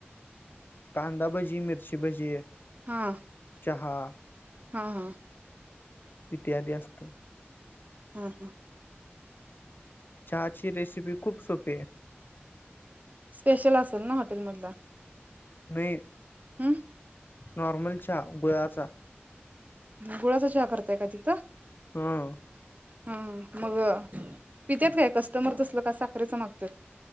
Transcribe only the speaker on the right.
हा
हा हा
हा हा
स्पेशल असेल ना? हाॅटेल मधला
हम
गुळाचा चहा करताय का तिथं?
हा मग पित्यात काय कस्टमर तसल का साखरेच मागत्यात?